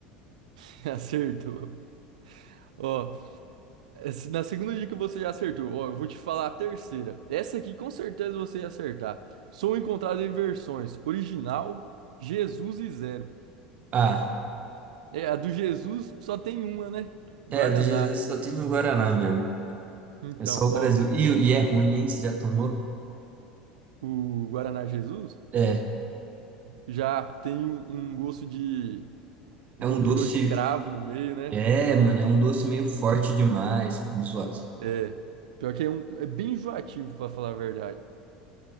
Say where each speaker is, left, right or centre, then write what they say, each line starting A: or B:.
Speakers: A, on the right; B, on the right.
A: <laughs> Acertou. Ó, essa- na segunda dica você já acertou. Ó, eu vou te falar a terceira. Essa aqui com certeza você ia acertar. Sou encontrado em versões original, Jesus e zero.
B: Ah,
A: É, a do Jesus só tem uma, né? Guaraná.
B: é, do Jesus só tem um Guaraná mesmo.
A: Então,
B: É só o Brasil.
A: ó,
B: E, e é ruim, hein? Você já tomou?
A: o Guaraná Jesus.
B: É,
A: Já tem um gosto de. Um
B: é
A: pouco
B: um doce.
A: de gosto de cravo no meio, né?
B: É, mano, é um doce meio forte demais. Zoado, zoado.
A: É. é, Pior que é, um, é bem enjoativo, pra falar a verdade.